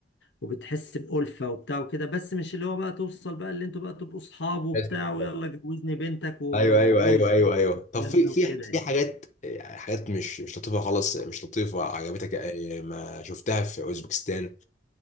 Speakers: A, on the left (about 80°); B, on the left (about 40°).
A: وبتحس بألفة وبتاع وكده بس مش اللي هو بقى توصل بقى اللي انتوا بقى تبقوا اصحاب وبتاع
B: آسف،
A: ويلا
B: آه.
A: جوزني بنتك واتجوز
B: ايوه ايوه ايوه
A: بنتك
B: ايوه ايوه
A: والكلام
B: طب في
A: ده
B: في
A: وكده يعني
B: في حاجات يعني حاجات مش مش لطيفة خالص مش لطيفة عجبتك آه، ما شفتها في اوزبكستان